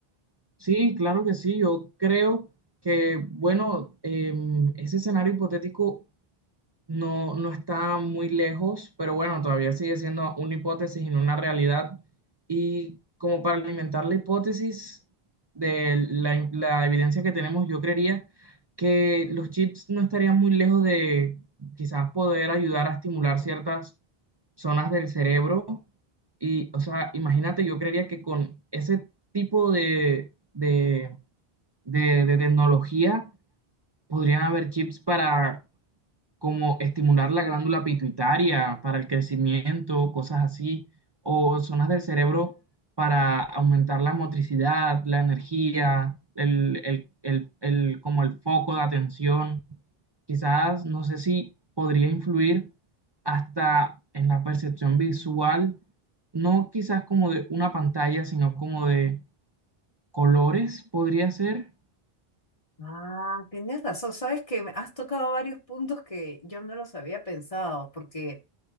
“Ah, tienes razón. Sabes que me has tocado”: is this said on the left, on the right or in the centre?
Left